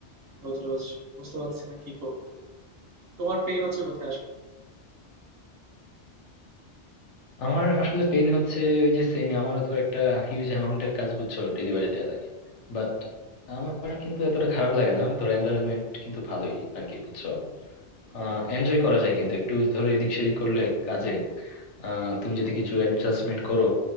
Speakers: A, on the right (about 60°); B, on the left (about 80°).
A: রোজ রোজ বুঝতে পারছি না কি করবো তোমার পেন হচ্ছে কোথায় আসলে
B: আমার আসলে পেইন হচ্ছে ওই যে সেম আমারও ধর একটা হিউজ অ্যামাউন্টের কাজ বুঝছো ডেলিভারি দেওয়া লাগে বাট আমার কিন্তু এতটা খারাপ লাগে না ধর এনভায়রনমেন্ট কিন্তু ভালোই আর কি বুঝছো আহ এনজয় করা যায় কিন্তু একটু ধরো এদিক সেদিক করলে কাজে আহ তুমি যদি কিছু অ্যাডজাস্টমেন্ট করো